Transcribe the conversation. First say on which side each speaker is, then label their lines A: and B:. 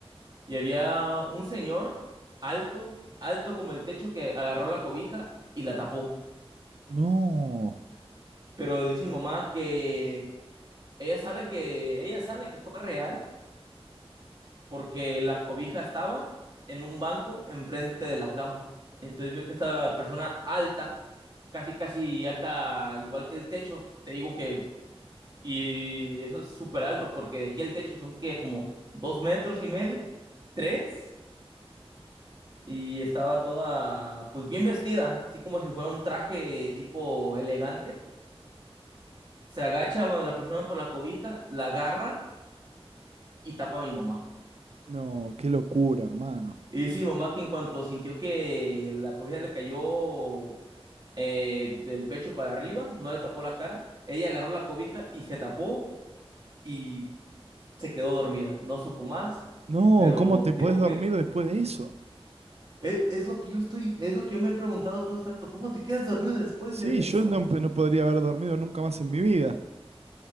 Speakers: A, on the right; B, on the right.
A: y había un señor alto, alto como el techo que agarró la cobija y la tapó.
B: No,
A: Pero dice mi mamá que ella sabe que ella sabe que fue real porque la cobija estaba en un banco enfrente de la cama. Entonces vio que esta persona alta, casi, casi alta, igual que el techo, te digo que, y eso es súper alto, porque de aquí al techo son que como dos metros y medio, tres, y estaba toda, pues bien vestida, así como si fuera un traje tipo elegante. Se agacha bueno, la persona por la cobija, la agarra y tapa a mi mamá.
B: no, qué locura, hermano.
A: Y dice mi mamá que en cuanto sintió que la cobija le cayó eh, del pecho para arriba, no le tapó la cara. Ella agarró la cobija y se tapó y se quedó dormida. No supo más,
B: No,
A: pero
B: ¿cómo te podés
A: dijo
B: dormir
A: que
B: después de eso?
A: es, es lo que yo estoy, es lo que yo me he preguntado todo este rato, ¿cómo te quedas dormido después
B: Sí,
A: de
B: yo
A: eso?
B: no, no podría haber dormido nunca más en mi vida.